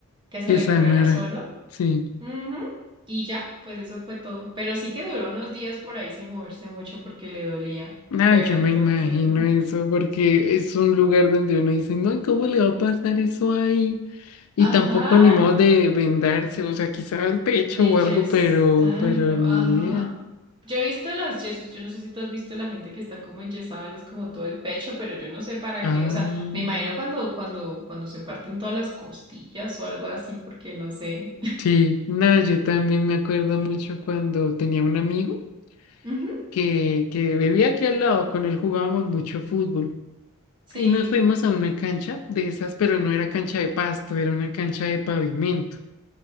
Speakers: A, on the right; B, on the left.
A: que se
B: que
A: le
B: sanara.
A: curara solo.
B: Sí.
A: Ujú. Y ya, pues eso fue todo. Pero sí que duró unos días por ahí sin moverse mucho porque le dolía.
B: Ay,
A: Pero
B: yo
A: entonces,
B: me imagino eso porque es un lugar donde uno dice, no, ¿cómo le va a pasar eso ahí? Y
A: ajá,
B: tampoco ni modo de vendarse, o sea, quizá el pecho
A: De
B: o
A: yesarlo,
B: algo, pero, pero ni
A: ajá.
B: idea.
A: Yo he visto los yesos, yo no sé si tú has visto la gente que está como enyesada, eso es como todo el pecho, pero yo no sé para
B: Ah,
A: qué, o sea, me imagino cuando, cuando, cuando se parten todas las costillas o algo así, porque no sé.
B: sí. No, yo también me acuerdo mucho cuando tenía un amigo.
A: Ujú,
B: que, que vivía aquí al lado, con él jugábamos mucho fútbol.
A: Sí.
B: Y nos fuimos a una cancha de esas, pero no era cancha de pasto, era una cancha de pavimento.